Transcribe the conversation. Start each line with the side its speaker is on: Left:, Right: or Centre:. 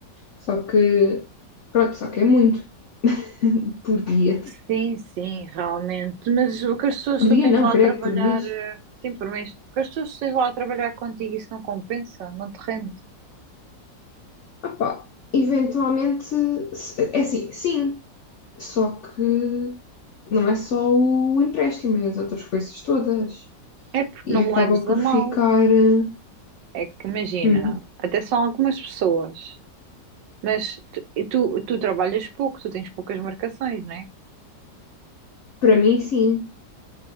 Left: Só que, pronto, só que é muito <laughs> por dia.
Right: Sim, sim, realmente. Mas o que as pessoas
Left: Por
Right: que
Left: dia
Right: tu tens
Left: não,
Right: lá
Left: credo,
Right: a trabalhar,
Left: por mês.
Right: eh, sim, por mês, o que as pessoas que tu tens lá a trabalhar contigo, isso não compensa, não te rende.
Left: Opá, eventualmente, se- é assim, sim, só que não é só o empréstimo, é as outras coisas todas.
Right: É porque
Left: E
Right: não me
Left: acaba
Right: leves
Left: por
Right: a mal.
Left: ficar. eh,
Right: É que imagina,
Left: hum,
Right: até são algumas pessoas. Mas tu, e tu, tu trabalhas pouco, tu tens poucas marcações, não é?
Left: para mim, sim.